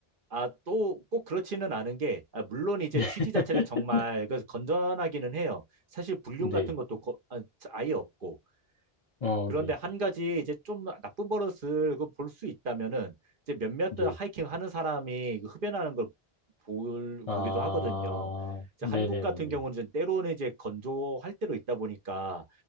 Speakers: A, on the right; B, on the left.
A: 아, 또 꼭 그렇지는 않은 게, 아, 물론 이제 취지
B: <laughs>
A: 자체는 정말 그 건전하기는 해요. 사실 불륜
B: 네,
A: 같은 것도 거- 아, 아예 없고,
B: 어,
A: 그런데
B: 네,
A: 한 가지 이제 좀 나쁜 버릇을 그 볼수 있다면은 이제 몇몇
B: 네.
A: 하이킹 하는 사람이 그 흡연하는 걸 볼,
B: 아,
A: 보기도 하거든요. 이제
B: 네네네네.
A: 한국 같은 경우는 이제 때로는 이제 건조할 때로 있다 보니까